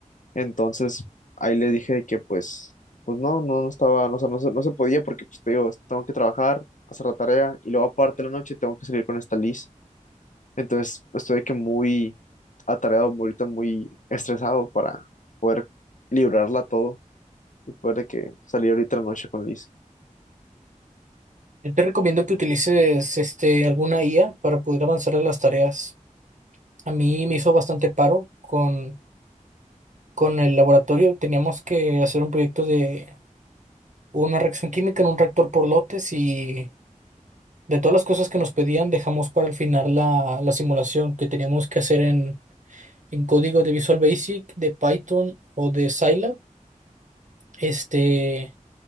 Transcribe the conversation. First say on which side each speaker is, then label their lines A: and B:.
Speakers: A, on the left; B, on the right.
A: Entonces ahí les dije de que pues, pues no, no, no estaba, no, o sea, no, se- no se podía porque pues te digo, tengo que trabajar, hacer la tarea y luego aparte de la noche tengo que salir con esta Liz. Entonces estoy de que muy atareado, muy ahorita muy estresado para poder librarla todo y poder de que salir ahorita en la noche con Liz.
B: Yo te recomiendo que utilices este, alguna IA para poder avanzar en las tareas. A mí me hizo bastante paro con, con el laboratorio. Teníamos que hacer un proyecto de una reacción química en un reactor por lotes y de todas las cosas que nos pedían dejamos para el final la, la simulación que teníamos que hacer en, en código de Visual Basic, de Python o de Scilab. Este,